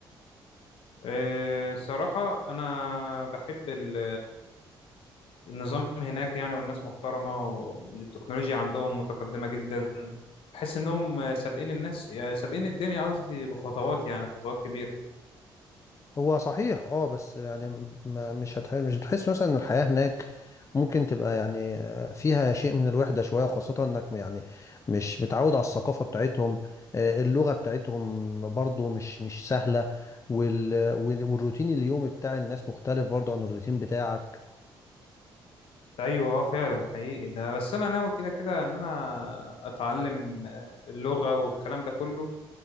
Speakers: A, on the left; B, on the left.
A: إيه، صراحة أنا بحب ال- النظام هناك يعني والناس محترمة والتكنولوجيا عندهم متقدمة جدا بحس إنهم سابقين الناس يعني سابقين الدنيا قصدي بخطوات يعني خطوات كبيرة
B: هو صحيح اه بس يعني ما مش هتح... مش بتحس مثلا ان الحياة هناك ممكن تبقى يعني آه، فيها شيء من الوحدة شوية وخاصة انك يعني مش متعود على الثقافة بتاعتهم آه، اللغة بتاعتهم برضو مش مش سهلة وال... وال- والروتين اليومي بتاع الناس مختلف برضو عن الروتين بتاعك
A: ايوه آه، فعلا حقيقي ده بس انا ناوي كده كده ان انا اتعلم آه، اللغه والكلام ده كله